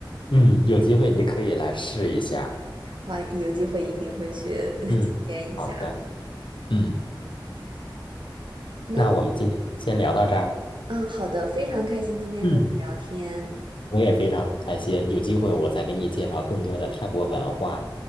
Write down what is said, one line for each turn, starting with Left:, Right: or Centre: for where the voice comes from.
Left: 嗯，有机会你可以来试一下。
Right: 哇，有机会一定会去 <laughs>
Left: 嗯，
Right: 体验一下。
Left: 好的，嗯，
Right: 那
Left: 那我们今天就先聊到这儿。
Right: 嗯，好的，非常开心今天和你聊天。
Left: 嗯我也非常开心，有机会我再给你介绍更多的泰国文化。